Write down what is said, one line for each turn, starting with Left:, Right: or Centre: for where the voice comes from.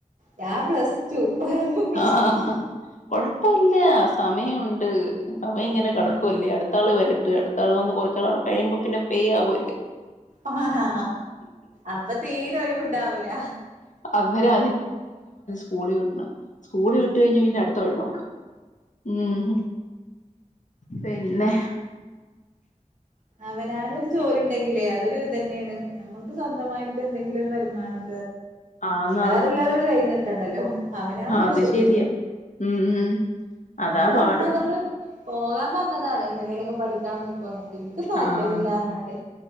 Right: ഞാൻ പ്ലസ് ടു വെറും പ്ലസ്
Left: ആ ആ.
Right: ടു
Left: കൊഴപ്പല്ല സമയമുണ്ട്. സമയംഇങ്ങനെ
Right: ഉം
Left: കിടക്കുവല്ലേ അടുത്താള് വരട്ട് അടുത്തആള് വന്ന് കുറച്ചാൾ അവ കഴിയ്പോ പിന്നെ. പെയ്യാ പോയിത്.
Right: ആ ഹാ അപ്പൊ തീരെ ഒഴിമുണ്ടാവൂല.
Left: അന്നേരം സ്കൂളിൽ വിടണം. സ്കൂള് വിട്ട് കഴിഞ്ഞ് അടുത്ത പിന്നെ വഴി നോക്ക ഉം പിന്നെ.
Right: അവനാരു ജോലി. ഉണ്ടെങ്കിലേ അതൊരു ഇത് തന്നെയാണ് നമ്മക്ക് സ്വന്തമായിട്ട് എന്തെങ്കിലും ഒരു വരുമാനം.
Left: ആന്നാന്ന്
Right: വേറെ എല്ലാരോടും കൈ നീ. ട്ടണ്ടല്ലോ. അവനവന്
Left: അത്
Right: ആവിഷത്തിന്
Left: ശെരിയാ. ഉം ഉം അതാ
Right: ഇവിടെ
Left: പാട്.
Right: ഉമ്മന്നോട്. പോകാൻ പറഞ്ഞതാണ് എന്തെങ്കിലും ഒക്കെ പഠികാൻ. എനിക്ക് താല്പര്യം
Left: ആഹ്
Right: ഇല്ലാർഞ്ഞാണ്ട്.